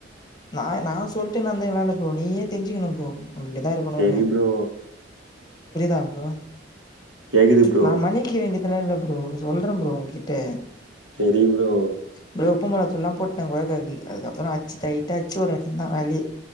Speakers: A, on the left; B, on the right.
A: நாய் நா சொல்ட்டே நந்துக்களால்ல ப்ரோ நீயே தெஞ்சிக்கிணும் ப்ரோ அம்டிதா இருக்கணு
B: செரி
A: நே
B: ப்ரோ
A: புரிய்தா ப்ரோ
B: கேக்குது ப்ரோ
A: நா மன்னி க்கி வேண்டிய்துலா இல்ல ப்ரோ சொல்ற ப்ரோ உன்கிட்டே
B: தெரி ப்ரோ
A: ப்ரோ உப்பு மொளாத்தூள்லா போட்டே கொய்க்காக்கி அதுக்கப்பறோ அச்சி டைட்டா அச்சுஓட எத்துன்னா வேலி